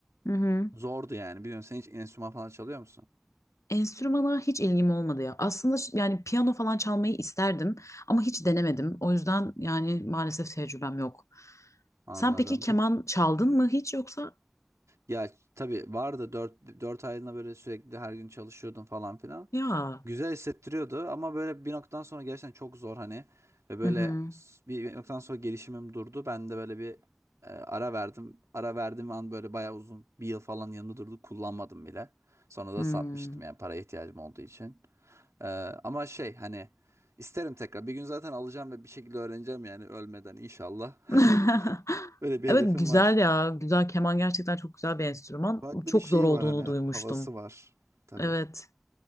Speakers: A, on the left; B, on the right.
A: Hı hı.
B: Zordu yani. Biliyorsun sen hiç enstrüman falan çalıyor musun?
A: Enstrümana hiç ilgim olmadı ya. Aslında ş- yani piyano falan çalmayı isterdim ama hiç denemedim. O yüzden yani maalesef tecrübem yok.
B: Anladım.
A: Sen peki keman çaldın mı hiç yoksa?
B: Ya tabii vardı dört dört aylığına böyle sürekli her gün çalışıyordun falan filan.
A: Ya.
B: Güzel hissettiriyordu ama böyle bir noktadan sonra gerçekten çok zor hani ve böyle
A: Hı hı.
B: s- bir noktadan sonra gelişimim durdu. Ben de böyle bir e, ara verdim. Ara verdiğim an böyle bayağı uzun bir yıl falan yanında durdu kullanmadım bile. Sonra da
A: Hmm.
B: satmıştım yani paraya ihtiyacım olduğu için. E, ama şey hani isterim tekrar. Bir gün zaten alacağım ve bir şekilde öğreneceğim yani ölmeden inşallah.
A: <laughs>
B: <laughs> Böyle bir
A: Evet
B: hedefim
A: güzel
B: var.
A: ya. Güzel keman gerçekten çok güzel bir enstrüman.
B: Farklı
A: Çok
B: bir şeyi
A: zor olduğunu
B: var hani
A: duymuştum.
B: havası var. Tabii.
A: Evet.